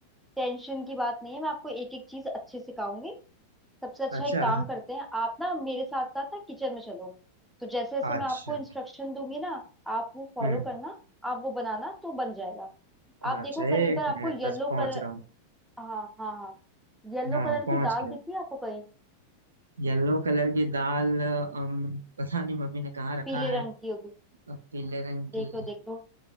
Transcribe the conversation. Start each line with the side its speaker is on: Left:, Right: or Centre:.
Centre: टेंशन की बात नहीं है मैं आपको एक एक चीज अच्छे से सिखाऊंगी सबसे अच्छा
Right: अच्छा
Centre: एक काम करते हैं आप ना मेरे साथ साथ ना किचन में चलो तो जैसे जैसे
Right: अच्छा
Centre: मैं आपको इंस्ट्रक्शन दूंगी ना आप वो फॉलो
Right: हम्म
Centre: करना आप वो बनाना तो बन जाएगा
Right: अच्छा
Centre: आप देखो कहीं
Right: एक
Centre: पर आपको
Right: मिनट
Centre: येलो
Right: बस पहुंच
Centre: कलर
Right: रहा हूँ
Centre: हाँ हाँ हाँ येलो
Right: हाँ
Centre: कलर
Right: पहुंच
Centre: की दाल
Right: गया
Centre: दिखी है आपको कहीं
Right: येलो कलर की दाल अम, पता नहीं मम्मी ने कहाँ रखा
Centre: पीले
Right: है
Centre: रंग की होगी
Right: अ, पीले रंग
Centre: देख
Right: की
Centre: लो देख लो